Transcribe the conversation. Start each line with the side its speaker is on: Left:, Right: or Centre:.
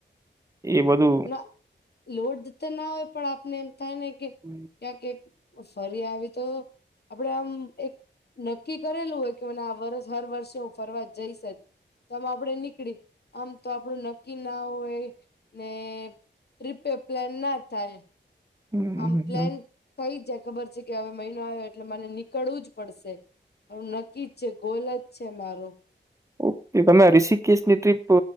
Right: એ બધું
Left: ના લોડ તો ના હોય પણ આપને એમ થાય ને કે
Right: હમ
Left: ક્યાંક એક ફરી આવી તો આપડે આમ એક નક્કી કરેલું હોય કે હું ના હર વર્ષે હું ફરવા જઈશ જ તોમ આપડે નીકળી આમતો આપડું નક્કી ના હોય ને ટ્રીપે પ્લાન ના થાય
Right: હમ
Left: આમ
Right: હમ,
Left: પ્લેન થઈ જાય ખબર છે કે હવે મહિનો આવ્યો એટલે મને નીકળવું જ પડશે મારું નક્કી જ છે ગોલ જ છે મારો
Right: ઓકે તમે રિસીકિસની ટ્ર્રીપ